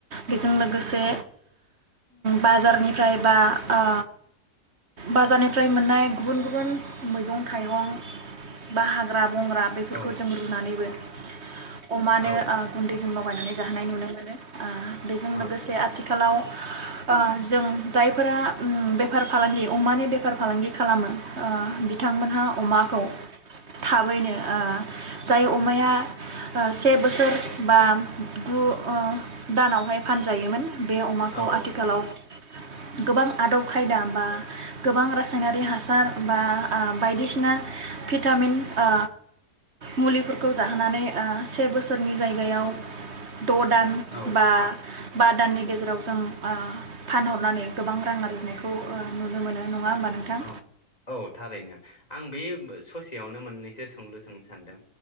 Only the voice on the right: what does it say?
बेजों लोगोसे बाजारनिफ्राय बा ओ बाजारनिफ्राय मोननाय गुबुन गुबुन मैगं थाइगं बाहाग्रा बंग्रा बेफोरखौ
जों रुनानैबो अमानो
ओ गुन्दै लगायनानै जाहोनाय नुनो मोनो ओ बेजों
लोगोसे
आथिखालाव ओ जों जायफोरा उम बेफार फालांगि अमानि बेफार फालांगि खालामो ओ बिथांमोनहा अमा खौ थाबैनो ओ जाय अमाया ओ से बोसोर बा गु ओ दानावहाय फानजायोमोन बे अमाखौ
आथिखालाव गोबां आदब खायदा बा गोबां रासायनारि हासार बा आ बायदिसिना भिटामिन ओ मुलिफोरखौ जाहोनानै ओ से बोसोरनि जायगायाव द' दान
बा बा दाननि गेजेराव जों ओ फानहरनानै गोबां रां आरजिनायखौ ओ नुनो मोनो। नङा होमबा नोंथां